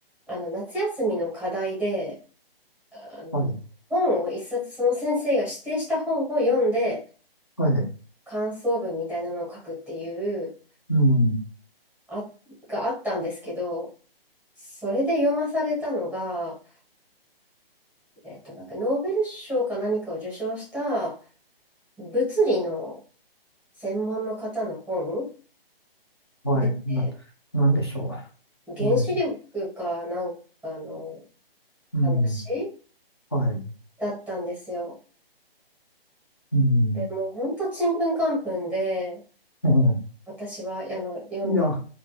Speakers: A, in the centre; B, on the left (about 25°).
A: あの、夏休みの課題で、あの、
B: はい。
A: 本を一冊、その先生が指定した本を読んで、
B: はい。
A: 感想文みたいなのを書くっていう、
B: うん。
A: あ、があったんですけど、それで読まされたのが、えっと、なんかノーベル賞か何かを受賞した物理の専門の方の本
B: はい。
A: で、
B: な、なんでしょ
A: 原子力かなんかの
B: う。ね。
A: 話
B: うん。はい。
A: だったんですよ。
B: うん。
A: でもうほんとちんぷんかんぷんで、
B: <laughs> うん
A: 私はあの読んだ。
B: いや、